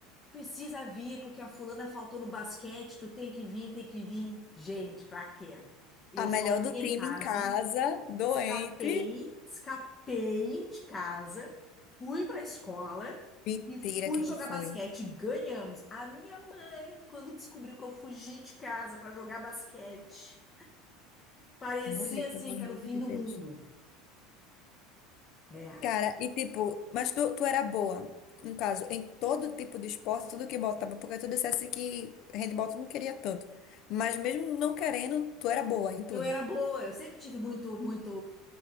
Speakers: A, on the left; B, on the left.
A: Precisa vir, porque a fulana faltou no basquete, tu tem que vir, tem que vir. Gente, pra quê? Eu
B: A melhor
A: sozinha
B: do time
A: em casa,
B: em casa, doente.
A: escapei, escapei de casa, fui pra escola.
B: Mentira
A: E fui
B: que
A: jogar
B: tu foi.
A: basquete, ganhamos. A minha mãe, quando descobriu que eu fugi de casa pra jogar basquete, parecia
B: Mulher,
A: assim
B: pelo amor
A: que era o fim
B: de
A: do
B: Deus.
A: mundo. É.
B: Cara, e tipo, mas tu, tu era boa, no caso, em todo tipo de esporte, tudo que botava, porque tu dissesse que handball tu não queria tanto. Mas mesmo não querendo, tu era boa em tudo.
A: Eu era boa, eu sempre tive muito, muito